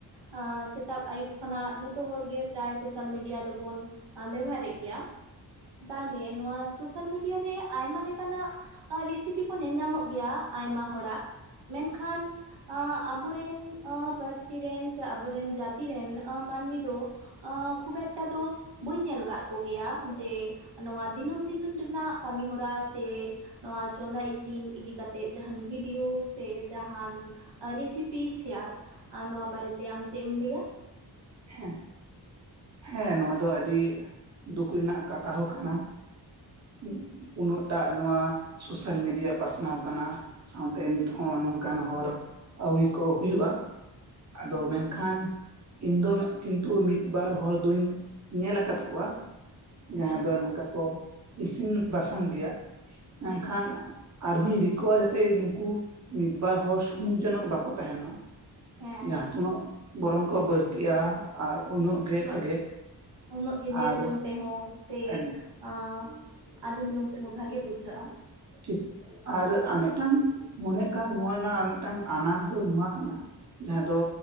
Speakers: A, on the right; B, on the right.
A: ᱟᱸ ᱥᱮᱛᱟᱜ ᱟᱹᱭᱩᱵ ᱠᱷᱚᱱᱟᱜ ᱡᱷᱚᱛᱚ ᱦᱚᱲᱜᱮ ᱯᱨᱟᱭ ᱥᱳᱥᱟᱞ ᱢᱤᱰᱤᱭᱟ ᱫᱚᱵᱚᱱ ᱵᱮᱵᱚᱦᱟᱨᱮᱫ ᱜᱮᱭᱟ ᱛᱟᱞᱦᱮ ᱱᱚᱣᱟ ᱥᱳᱥᱟᱞ ᱢᱤᱰᱤᱭᱟ ᱨᱮ ᱟᱭᱢᱟ ᱞᱮᱠᱟᱱᱟᱜ ᱟᱨ ᱨᱮᱥᱤᱯᱤ ᱠᱚ ᱧᱮᱞ ᱧᱟᱢᱚᱜ ᱜᱮᱭᱟ ᱟᱭᱢᱟ ᱦᱚᱲᱟᱜ ᱾ ᱢᱮᱱᱠᱷᱟᱱ ᱟᱸ ᱟᱵᱚᱨᱮᱱ ᱟᱸ ᱯᱟᱹᱨᱥᱤ ᱨᱮᱱ ᱥᱮ ᱟᱵᱚᱨᱮᱱ ᱡᱟᱹᱛᱤ ᱨᱮᱱ ᱟᱸ ᱢᱟᱹᱱᱢᱤ ᱫᱚ ᱟᱸ ᱠᱷᱩᱵ ᱮᱠᱴᱟ ᱫᱚ ᱵᱟᱹᱧ ᱧᱮᱞ ᱟᱠᱟᱫ ᱠᱚᱜᱮᱭᱟ ᱡᱮ ᱱᱚᱣᱟ ᱫᱤᱱᱟᱹᱢ ᱫᱤᱤᱱᱹᱢ ᱨᱮᱱᱟᱜ ᱠᱟᱹᱢᱤ ᱦᱚᱨᱟ ᱥᱮ ᱱᱚᱣᱟ ᱪᱚᱸᱫᱟ ᱤᱥᱤᱱ ᱤᱫᱤ ᱠᱟᱛᱮᱫ ᱡᱟᱦᱟᱱ ᱵᱷᱤᱰᱤᱭᱳ ᱥᱮ ᱡᱟᱦᱟᱱ ᱨᱤᱥᱤᱯᱤ ᱥᱮᱭᱟᱞ ᱱᱚᱣᱟ ᱵᱟᱨᱮᱛᱮ ᱟᱢ ᱪᱮᱫ ᱮᱢ ᱞᱟᱹᱭᱟ?
B: ᱦᱮᱸ ᱾ ᱦᱮᱸ ᱱᱚᱣᱟ ᱫᱚ ᱟᱹᱰᱤ ᱫᱩᱠ ᱨᱮᱱᱟᱜ ᱠᱟᱛᱷᱟ ᱦᱚᱸ ᱠᱟᱱᱟ ᱾ ᱩ-ᱩ-ᱩᱱᱟᱹᱜᱴᱟᱜ ᱱᱚᱣᱟ ᱥᱳᱥᱟᱞ ᱢᱤᱰᱤᱭᱟ ᱯᱟᱥᱱᱟᱣ ᱠᱟᱱᱟ ᱾ ᱥᱟᱶᱛᱮ ᱱᱤᱛ ᱦᱚᱸ ᱱᱚᱝᱠᱟᱱ ᱦᱚᱨ ᱟᱹᱣᱨᱤ ᱠᱚ ᱦᱩᱭᱩᱜᱼᱟ ᱾ ᱟᱫᱚ
A: ᱦᱮᱸ
B: ᱢᱮᱱᱠᱷᱟᱱ ᱤᱧᱫᱚ ᱢᱮᱫ ᱠᱤᱱᱛᱩ ᱢᱤᱫ ᱵᱟᱨ ᱦᱚᱲ ᱫᱩᱧ ᱧᱮᱞ ᱟᱠᱟᱫ ᱠᱚᱣᱟ ᱡᱟᱦᱟᱸᱭ
A: ᱦᱮᱸ
B: ᱫᱚ ᱱᱚᱝᱠᱟ ᱠᱚ ᱤᱥᱤᱱ ᱵᱟᱥᱟᱝ ᱜᱮᱭᱟ, ᱢᱮᱱᱠᱷᱟᱱ
A: ᱦᱮᱸ
B: ᱟᱨᱦᱚᱧ ᱨᱤᱠᱟᱹᱣᱟ ᱡᱟᱛᱮ ᱱᱩᱠᱩ ᱢᱤᱫ ᱵᱟᱨ ᱦᱚᱲ ᱥᱩᱢᱩᱝ ᱡᱮᱱᱚ ᱵᱟᱠᱚ ᱛᱟᱦᱮᱱ ᱢᱟ᱾
A: ᱦᱮᱸ
B: ᱡᱟᱦᱟᱸ ᱛᱩᱱᱟᱹᱜ ᱵᱚᱨᱚᱝ ᱠᱚ ᱵᱟᱹᱲᱛᱤᱜ-ᱟ, ᱩᱱᱳᱜ ᱜᱮ ᱵᱷᱟᱜᱮ᱾
A: ᱩᱱᱳᱜ ᱜᱮ ᱧᱮᱞ
B: ᱟᱨ
A: ᱡᱚᱝ ᱛᱮᱦᱚᱸ ᱥᱮ
B: ᱦᱮᱸ
A: ᱟ ᱟᱸᱡᱚᱢ ᱡᱚᱝ ᱛᱮᱦᱚᱸ ᱵᱷᱟᱜᱮ ᱵᱩᱡᱷᱟᱹᱜ-ᱟ᱾
B: ᱴᱷᱤᱠ ᱟᱨ ᱟᱨ ᱢᱤᱫᱴᱟᱝ ᱢᱚᱱᱮ ᱦᱳᱭᱳᱜ ᱠᱟᱱᱟ, ᱱᱚᱣᱟ ᱨᱮᱱᱟᱜ ᱟᱨ ᱢᱤᱫᱴᱟᱝ ᱟᱱᱟᱴ ᱫᱚ ᱱᱚᱣᱟ ᱠᱟᱱᱟ ᱡᱟᱦᱟᱸ ᱫᱚ